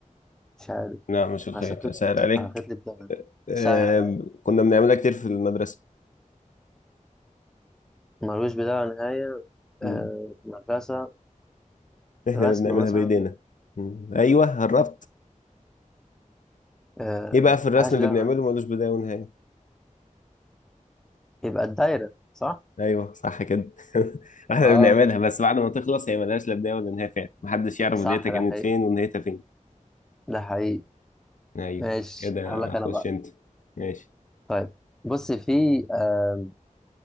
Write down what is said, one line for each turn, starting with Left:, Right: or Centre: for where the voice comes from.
Centre: مش عارف
Left: لا مش الخيط
Centre: عشان خيط
Left: سهل عليك
Centre: على خيط لي بداية
Left: آه،
Centre: سهل عليا
Left: كنا بنعملها كتير في المدرسة
Centre: ملوش بداية ولا نهاية
Left: مم.
Centre: آه... مدرسة
Left: احنا
Centre: رسم
Left: اللي بنعملها
Centre: مثلا
Left: بايدينا مم. ايوه قربت
Centre: آه...
Left: ايه بقى في الرسم
Centre: ملهاش
Left: اللي
Centre: بداية
Left: بنعمله
Centre: ولا نهاية
Left: ملوش بداية ونهاية
Centre: يبقى الدايرة صح؟
Left: ايوه صح كده <laughs> احنا
Centre: اه
Left: بنعملها بس بعد ما تخلص هي ملهاش لا بدايه ولا نهايه فعلا محدش يعرف
Centre: صح
Left: بدايتها كانت
Centre: ده حقيقي
Left: فين ونهايتها فين
Centre: ده حقيقي
Left: ايوه
Centre: ماشي
Left: كده
Centre: هقول لك
Left: خش
Centre: أنا بقى
Left: انت ماشي
Centre: طيب بص في آه...